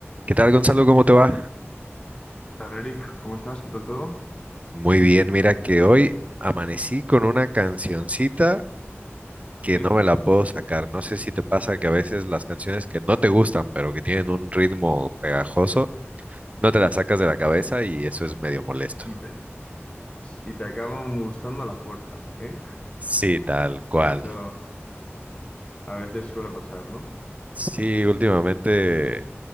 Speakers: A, on the right; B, on the left.
A: ¿Qué tal, Gonzalo? ¿Cómo te va?
B: ¿Qué tal, Eric? ¿Cómo estás? ¿Qué tal todo?
A: Muy bien, mira que hoy amanecí con una cancioncita que
B: ¿Sí?
A: no me la puedo sacar. No sé si te pasa que a veces las canciones que no te gustan, pero que tienen un ritmo pegajoso, no te las sacas de la cabeza y eso es medio molesto.
B: Y te, y te acaban gustando a la fuerza, ¿eh?
A: Sí, tal cual.
B: Que eso a veces suele pasar, ¿no?
A: Sí, últimamente